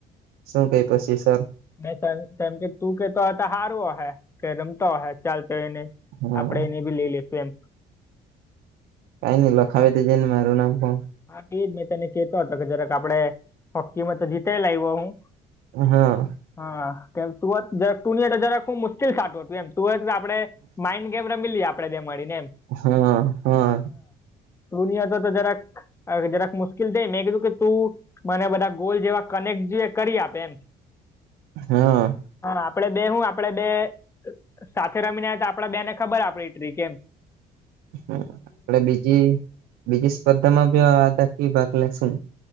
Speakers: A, on the right (about 80°); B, on the left (about 15°).
A: શું કઈ પછી સર
B: ન કેમ કે તું કેતો હારવો હે કે રમતો હોય ચાલ તો એને
A: હા
B: આપડે એને ભી લઈ લેશું એમ
A: કા ની લખાવી દેજે ને મારુ નામ પણ
B: હા એ જ મેં તને કતો હતો કે જરાક આપડે હોકીમાં તો જીતા લાવ્યો હું
A: હા.
B: હા કેમ તુ હોત જ તુંની જરાક હું મુશ્કેલ સાતું હતું એમ આપે માઇન્ડ ગેમ ફેમીલી આપે મળી ને એમ
A: હા. હા.
B: દુનિયા તો જરાક હ જરાક મુશ્કેલ થઈ મેં કીધું કે તું મને બધા ગોલ જેવા કનેક્ટ જો કરી આપે એમ <inaudible>
A: હા
B: હા આપડે બે હું આપડે બે સાથે રમીને તો આપડા બે ને ખબર આપડીટ્રી કેમ
A: હા આપડે બીજી બીજી સ્પર્ધામાં બી આ દખી ભાગ લેેશું